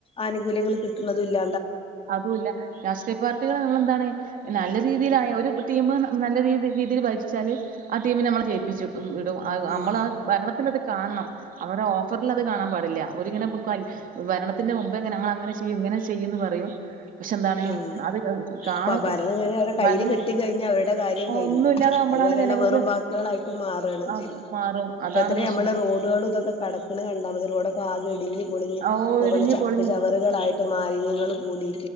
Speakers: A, on the left; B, on the right.
A: ആനുകൂല്യങ്ങൾ കിട്ടുന്നതും ഇല്ല
B: അതുംല്ല രാഷ് രാഷ്ട്രീയ പാർട്ടികള് നമ്മളെന്താണ് നല്ല രീതിയിലായ ടീം നല്ല രീതിയി രീതിയിൽ ഭരിച്ചാല് ആ ടീമിനെ നമ്മൾ ജയിപ്പിച്ചു ഇടും
A: ഉം
B: നമ്മൾ ആ ഭരണത്തില് അത് കാണണം അവരെ ഓഫ ഓഫറിലത് കാണാൻ പാടില്ല. അവ രിങ്ങനെ ഭരണത്തിൻ്റെ മുമ്പേ അങ്ങന ചെയ്യും ഉങ്ങനെ ചെയ്യും ഇങ്ങനെ ചെയ്യെന്ന് പറയും പക്ഷെ എന്താണ്
A: ഉ
B: അത് കാണും
A: അപ്പൊ ഭരണം കഴിഞ്ഞഞ് അവരുടെ കയ്യിൽ
B: ഭരണം
A: കിട്ട കഴിഞ്ഞഞ് അവരുടെ കാര്യം കഴിഞ്ഞു
B: ഒന്നും ഇല്ലാതാവുമ്പോഴാണ്
A: അതുപരെയുള്ള
B: ജനങ്ങൾക്ക്
A: വെറും വാക്കുകളായിട്ട് മാറാണ്
B: ആ
A: ചെയ്തത്
B: മാറും അതാണ്
A: ഇപ്പത്തെ
B: പ്രശ്നം
A: നമ്മള് റോഡുകൾ ഇതൊക്കെ കടക്ക കണ്ടാൽതി റോഡൊക്കെ ആകെ ഇടിഞ് പൊളഞ്
B: ഓ
A: അതുപോലെ
B: ഇടിഞ്ഞ്
A: ചപ്പ്
B: പൊളിഞ്ഞ്
A: ചവറുകളായിട്ട് മാലിന്യങ്ങൾ കൂടി